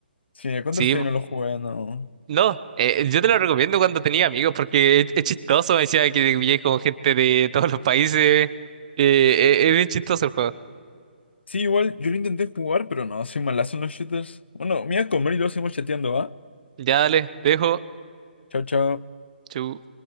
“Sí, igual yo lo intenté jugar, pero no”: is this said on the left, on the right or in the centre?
Left